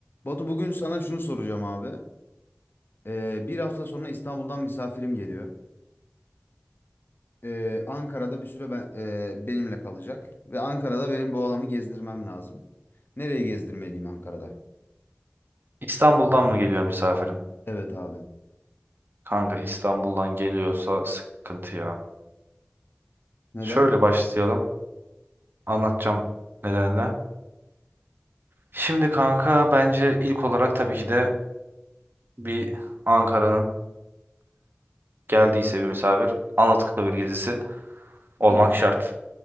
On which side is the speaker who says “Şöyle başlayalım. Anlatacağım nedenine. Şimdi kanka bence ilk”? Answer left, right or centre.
Right